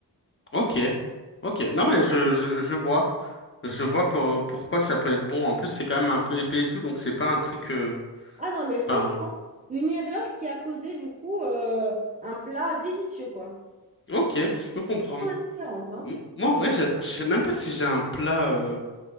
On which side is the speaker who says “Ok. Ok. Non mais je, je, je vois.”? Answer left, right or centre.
Left